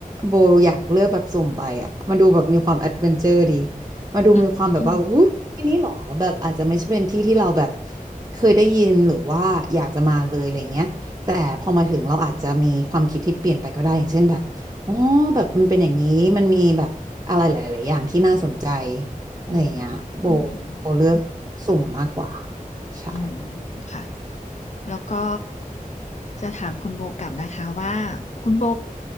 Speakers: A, on the right (about 25°); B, on the left (about 55°).
A: โบอยากเลือกแบบสุ่มไปอ่ะมันดูแบบมีความแอดเวนเจอร์ดีมาดูมีความแบบว่าอุ้ยที่นี่เหรอแบบอาจจะไม่ใช่เป็นที่ที่เราแบบ
B: อืมอืม
A: เคยได้ยินหรือว่าอยากจะมาเลยอะไรเงี้ยแต่พอมาถึงเราอาจจะมีความคิดที่เปลี่ยนไปก็ได้ อย่างเช่นแบบอ๋อแบบมันเป็นอย่างนี้มันมีแบบอะไรหลายๆอย่างที่น่าสนใจอะไรอย่างเงี้ยโบ
B: อืมอืม
A: โบเลือกสุ่มมากกว่า ใช่
B: อืมค่ะ แล้วก็จะถามคุณโบกลับนะคะว่าคุณโบ